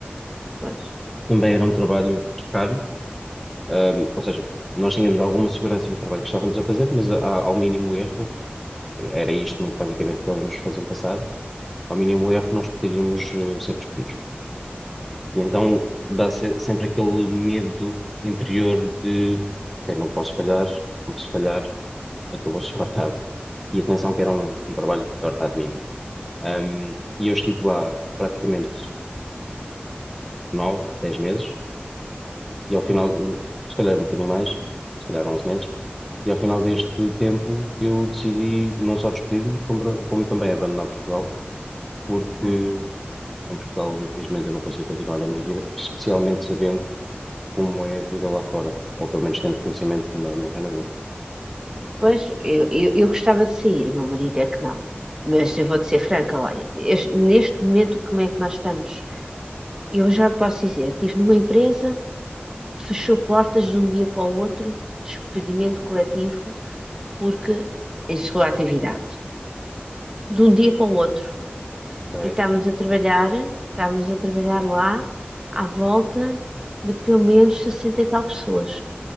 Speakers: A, on the right; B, in the centre.
A: Pois,
B: Também era um trabalho precário, um, ou seja, nós tínhamos alguma segurança no trabalho que estávamos a fazer, mas a- ao mínimo erro, era isto muito basicamente que eles nos faziam passar, ao mínimo erro nós poderíamos eh, ser despedidos. E então dá se- sempre aquele medo interior de, ok, não posso falhar, porque se falhar, acabou-se <laughs> o ordenado. E atenção que era um, um trabalho de ordenado mínimo. Um, e eu estive lá praticamente nove, dez meses, e ao final, de- se calhar um bocadinho mais, se calhar onze meses, e ao final deste tempo eu decidi não só despedir-me, como, como também abandonar Portugal, porque
A: claro.
B: em Portugal, infelizmente, eu não consigo continuar a minha vida, especialmente sabendo como é a vida lá fora, ou pelo menos tendo conhecimento no, no Reino Unido.
A: Pois, eu, eu, eu gostava de sair, o meu marido é que não. Mas eu vou-te ser franca, olha, este- neste momento como é que nós estamos? Eu já posso dizer, estive numa empresa, fechou portas de um dia para o outro, despedimento coletivo, porque encerrou a atividade. De um dia para o outro.
B: ok?
A: E estávamos a trabalhar, estávamos a trabalhar lá, à volta de pelo menos 60 e tal pessoas,